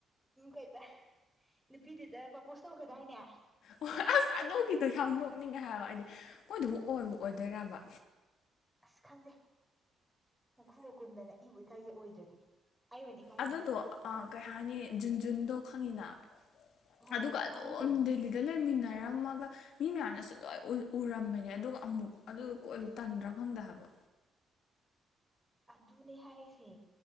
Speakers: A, in the centre; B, on the left.
A: ꯀꯩ ꯅꯨꯄꯤꯗꯨꯗ ꯄ꯭ꯔꯄꯣꯁ ꯇꯧꯈ꯭ꯔꯗꯥꯏꯅꯦ
B: ꯑꯣ ꯑꯁ ꯑꯗꯨꯥꯗꯣꯒꯤꯗꯣ ꯌꯥꯝ ꯅꯣꯛꯅꯤꯡꯉꯦ ꯍꯥꯏ ꯍꯥꯏꯗꯤ ꯃꯣꯏꯗꯨꯕꯨ ꯑꯣꯏꯕꯨ ꯑꯣꯏꯗ‌ꯣꯏꯔꯥꯕ
A: ꯑꯁ ꯈꯪꯗꯦ ꯍꯣ ꯈꯨꯒ ꯀꯨꯟꯗꯅ ꯏꯕꯨ ꯏꯀꯥꯏꯖꯩ ꯑꯣꯏꯗ꯭ꯔꯗꯤ ꯑꯩ ꯑꯣꯏꯅ ꯏꯀꯥꯏꯕꯤ
B: ꯑꯗꯨꯗꯣ ꯀꯩ ꯍꯥꯏꯅꯤ ꯖꯨꯟꯖꯨꯟꯗꯣ ꯈꯪꯉꯤꯅ
A: ꯑꯣ
B: ꯑꯗꯨꯒ ꯑꯗꯨꯝ
A: ꯑꯗꯨꯗꯣ
B: ꯗꯦꯜꯂꯤꯗ ꯂꯩꯃꯤꯟꯅꯔꯝꯃꯒ ꯃꯤ ꯃꯌꯥꯝꯅ ꯁꯨ ꯂꯣꯏ ꯎꯔꯝꯕꯅꯦ ꯑꯗꯨꯒ ꯑꯃꯨꯛ ꯑꯗꯨ ꯀꯣꯏꯔꯤꯗꯣ ꯇꯟꯗ꯭ꯔꯥ ꯈꯪꯗ‌ꯦ ꯍꯥꯏꯕ
A: ꯑꯗꯨꯅꯦ ꯍꯥꯏꯁꯦ